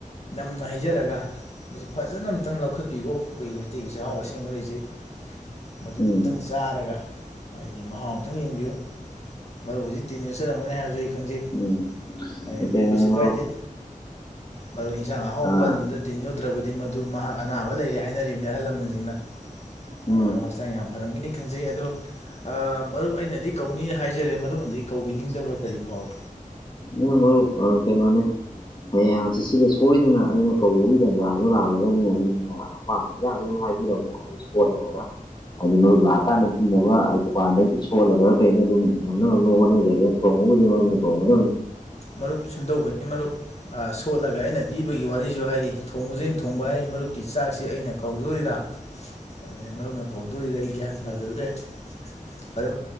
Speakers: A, on the left (about 45°); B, on the left (about 30°).
A: ꯁꯅ ꯍꯥꯏꯩꯖꯔꯒ ꯃꯁꯤ ꯐꯖꯅ ꯑꯨꯛꯇꯪ ꯂꯧꯈꯠꯄꯤꯈꯣ ꯑꯩꯈꯣꯏꯒꯤ ꯃꯩꯇꯩꯒꯤ ꯆꯥꯛꯍꯥꯎ ꯑꯁꯦꯡꯕ ꯂꯩꯖꯩ ꯃꯗꯨꯗꯨ
B: ꯎꯝ
A: ꯑꯨꯇꯪ ꯆꯥꯔꯒ ꯑꯩꯗꯤ ꯃꯍꯥꯎ ꯑꯃꯇꯪ ꯌꯦꯡꯕꯤꯌꯨ ꯃꯔꯨꯖꯤꯛ ꯇꯤꯤꯟ ꯌꯖꯔꯝꯒꯅꯤ ꯍꯥꯏꯕꯁꯨ ꯑꯩ ꯈꯪꯖꯩꯄꯤ
B: ꯎꯝ ꯀꯩꯅꯣꯅꯦ
A: ꯀꯩꯁꯨ
B: ꯃꯔꯨꯞ
A: ꯀꯥꯏꯗꯦ ꯃꯔ ꯌꯦꯟꯁꯥꯡ ꯑꯍꯥꯎꯕ
B: ꯑꯥ
A: ꯄꯟꯕꯗ ꯇꯤꯟ ꯌꯣꯠꯇ꯭ꯔꯕꯗꯤ ꯃꯗꯨ ꯃꯍꯥꯛ ꯑꯅꯥꯕ ꯂꯩꯔꯦ ꯍꯥꯏꯅꯔꯤꯕꯅꯤ ꯑꯍꯜ ꯂꯃꯟꯁꯤꯡꯅ
B: ꯎꯝ
A: ꯃꯔꯨ ꯍꯛꯆꯥꯡ ꯌꯥꯝ ꯐꯔꯝꯒꯅꯤ ꯈꯟꯖꯩ ꯑꯗꯣ ꯃꯔꯨꯞ ꯑꯩꯅꯗꯤ ꯀꯧꯅꯤ ꯍꯥꯏꯖꯔꯦ ꯃꯔꯨꯞꯅꯗꯤ ꯀꯧꯕꯤꯅꯤꯡꯗꯕ꯭ꯔꯥ ꯀꯔꯤ ꯐꯥꯎꯏ
B: ꯑ ꯂ ꯀꯩ ꯃꯥꯅꯦ ꯍꯌꯦꯡ ꯁꯤꯁꯤꯗ ꯁꯣꯏꯗꯅ ꯑꯩꯅ ꯀꯧꯕꯒꯤ ꯇꯥꯟꯖꯥꯗ ꯂꯥꯜꯂꯒꯅꯦ ꯑꯗꯨꯅ ꯑꯄꯥꯝꯕꯗ ꯍꯥꯏꯕꯤꯔꯃꯣ ꯁꯂꯕ ꯍꯥꯏꯗꯤ ꯃꯔꯨꯞ ꯂꯥꯛꯑꯀꯥꯟꯗ ꯄꯤꯅꯕ ꯗꯨꯀꯥꯟꯗꯒꯤ ꯁꯣꯜꯂꯒ ꯀꯩꯅ ꯑꯗꯨꯝ ꯉꯝꯅ ꯉꯝꯅꯕ ꯍꯣꯠꯅꯖꯒꯦ ꯑꯣꯗꯤꯃꯔ ꯄꯗꯅꯤ
A: ꯃꯔꯨꯞ ꯁꯨꯝꯗꯧꯕꯅꯤ ꯃꯔꯨꯞ ꯁꯣꯠꯂꯒ ꯑꯩꯅ ꯄꯤꯕꯒꯤ ꯋꯥꯔꯤꯁꯨ ꯍꯥꯏꯔꯤ ꯊꯣꯡꯕꯁꯦ ꯑꯩꯅ ꯊꯣꯡꯕ ꯍꯥꯏ ꯃꯔꯨꯞꯀꯤ ꯆꯥꯛꯁꯤ ꯑꯩꯅ ꯀꯧꯗꯣꯔꯤꯔꯥ ꯑꯗꯨꯩ ꯃꯔꯝꯅ ꯀꯧꯗꯣꯔꯤꯁ ꯑꯩ ꯒ꯭ꯌꯥꯟ ꯇꯥꯖꯗ꯭ꯔꯦ ꯐꯔꯦ